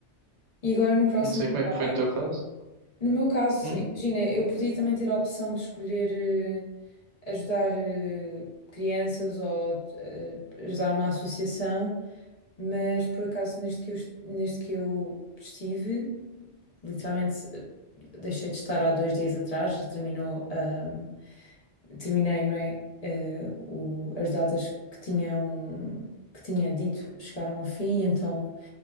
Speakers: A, on the left; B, on the right.
A: E agora no próximo
B: Não sei
A: que
B: como
A: vais?
B: é que foi no teu caso.
A: No meu caso,
B: Hum?
A: imagina, eu podia também ter a opção de escolher eh, ajudar eh, crianças ou eh, ajudar uma associação, mas por acaso neste que eu, est- neste que eu estive. Literalmente eh, deixei de estar há dois dias atrás, terminou, ahm, terminei, não é? Eh, o- as datas que tinham, que tinha dito chegaram ao fim, então